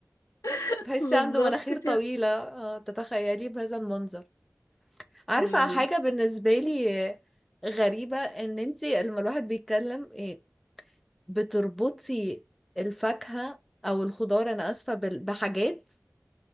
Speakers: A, on the left; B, in the centre.
A: <laughs>
B: تحسي
A: بالظبط
B: عنده مناخير
A: كده
B: طويله آه، تتخيليه بهذا المنظر عارفه
A: مم.
B: حاجه بالنسبه لي آه، غريبه ان انتي لما الواحد بيتكلم آه، بتربطي الفاكهه او الخضار انا اسفه بال- بحاجات